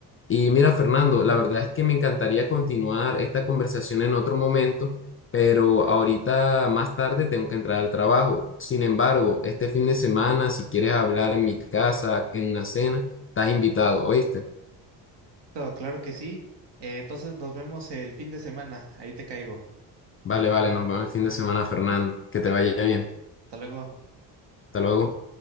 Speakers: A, on the left (about 30°); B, on the right (about 55°).
A: Y mira, Fernando, la verdad es que me encantaría continuar esta conversación en otro momento, pero ahorita más tarde tengo que entrar al trabajo. Sin embargo, este fin de semana, si quieres hablar en mi casa, en una cena, estás invitado, ¿oíste?
B: Todo, claro que sí. Eh, entonces nos vemos el fin de semana. Ahí te caigo.
A: Vale, vale, nos vemos el fin de semana, Fernando. Que te vaya bien.
B: Hasta luego.
A: Hasta luego.